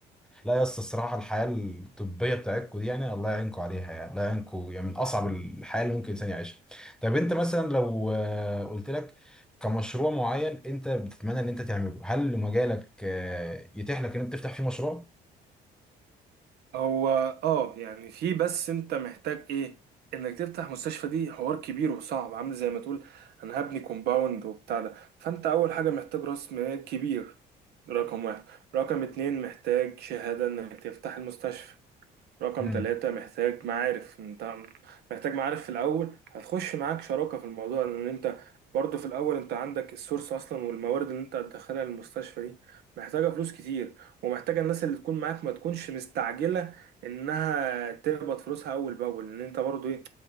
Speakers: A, in the centre; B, on the right.
A: لا يا اسطى الصراحه الحياه الطبيه بتاعتكم دي يعني الله يعينكم عليها يعني الله يعينكم يعني من اصعب الحياه اللي ممكن الانسان يعيشها طب انت مثلا لو آه، قلت لك كمشروع معين انت بتتمنى ان انت تعمله هل مجالك آه، يتيح لك ان انت تفتح فيه مشروع
B: هو اه يعني في بس انت محتاج ايه انك تفتح مستشفى دي حوار كبير وصعب عامل زي ما تقول انا هبني كومباوند وبتاع ده فانت اول حاجة محتاج راس مال كبير رقم واحد رقم اتنين محتاج شهادة انك تفتح المستشفى رقم
A: امم
B: ثلاثة محتاج معارف انت محتاج معارف في الأول هتخش معاك شراكة في الموضوع لأن انت برضه في الأول انت عندك السورس أصلا والموارد اللي انت هتدخلها للمستشفى دي محتاجة فلوس كتير ومحتاجة الناس اللي تكون معاك ما تكونش مستعجلة إنها تقبض فلوسها أول بأول لأن انت برضه ايه